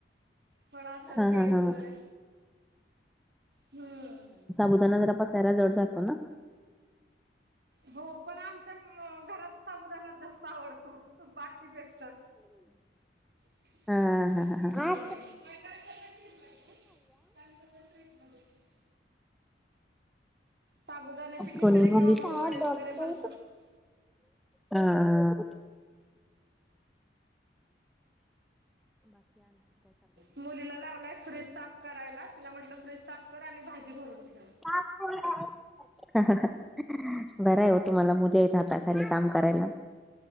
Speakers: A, on the right; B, in the centre.
A: फळ असतात
B: हा
A: केळी
B: हा हा
A: वगैरे. व्हय.
B: बुदाणा पचायला जरा जड जातो ना.
A: हो पण, आमच्या अ घरात साबुदानाच जास्त आवड तो, बाकीपेक्षा व्हय
B: हा हा हा हा
A: <unintelligible> <unintelligible> साबुदाण्याची खिचडी
B: कोणी खाली?
A: किंवा मग
B: हा
A: वडे वगैरे बनतात
B: हा.
A: मुलीला लावलाय फ्रिज साफ करायला तिला म्हटलं, फ्रीज साफ कर आणि भाजी भरून ठेव.
B: पाच पोरी हायीत, बरं आहे हो तुम्हाला मुली हायीता. हाता खाली काम करायला.